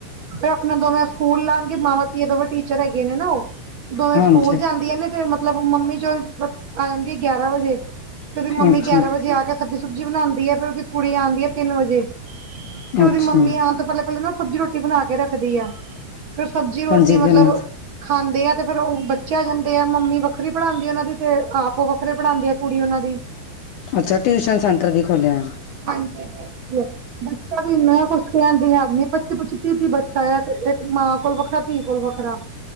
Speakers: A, on the right; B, on the left.
A: ਫਿਰ ਆਪਣੇ ਦੋਵੇਂ ਸਕੂਲ ਲਾਗੇ, ਮਾਮਾ-ਧੀਆਂ ਦੋਵੇਂ ਟੀਚਰ ਹੈਗੇ ਨੇ ਨਾ ਉਹ। ਦੋਵੇਂ
B: ਹਾਂਜੀ
A: ਸਕੂਲ ਜਾਂਦੀਆਂ ਨੇ ਤੇ ਮਤਲਬ ਮੰਮੀ ਚਲ ਆ ਜਾਂਦੀ ਬ ਗਿਆਰਾਂ ਵਜੇ। ਫਿਰ ਉਹਦੀ ਮੰਮੀ
B: ਅੱਛਾ
A: ਗਿਆਰਾਂ ਵਜੇ ਆ ਕੇ ਸਬਜ਼ੀ ਸੁਬਜ਼ੀ ਬਣਾਦੀ ਐ, ਫੇਰ ਉਹਦੀ ਕੁੜੀ ਆਂਦੀ ਐ ਤਿੰਨ ਵਜੇ ਤੇ ਉਹਦੀ
B: ਅੱਛਾ
A: ਮੰਮੀ ਆਣ ਤੋਂ ਪਹਿਲੇ ਪਹਿਲੇ ਨਾ ਸਬਜ਼ੀ ਰੋਟੀ ਬਣਾ ਕੇ ਰੱਖਦੀ ਆ। ਫਿਰ ਸਬਜ਼ੀ ਰੋਟੀ
B: ਹਾਂਜੀ ਕਿੰਨਾ
A: ਮਤਲਬ- ਖਾਂਦੇ ਆ ਤੇ ਫ਼ਿਰ ਉਹ ਬੱਚੇ ਜਾਂਦੇ ਆ, ਮੰਮੀ ਵੱਖਰੀ ਪੜ੍ਹਾਦੀ ਆ ਉਹਨਾਂ ਦੀ ਤੇ ਆਪ ਉਹ ਵੱਖਰੇ ਪੜ੍ਹਾਦੀ ਆ ਕੁੜੀ ਉਹਨਾਂ ਦੀ।
B: ਅੱਛਾ, ਟਿਊਸ਼ਨ ਸੈਂਟਰ ਵੀ ਖੋਲ੍ਹਿਆ।
A: ਹਾਂਜੀ, ਬਿਲਕੁਲ। ਬੱਚਾ ਵੀ ਮੈਂ ਕੁਛ ਕਹਿਣ ਦੀ ਆ ਪਚੀ ਪਚੀ ਤੀਹ ਤੀਹ ਬੱਚਾ ਇੱਕ ਮਾਂ ਕੋਲ ਵੱਖਰਾ ਇਕ ਧੀ ਕੋਲ ਵੱਖਰਾ।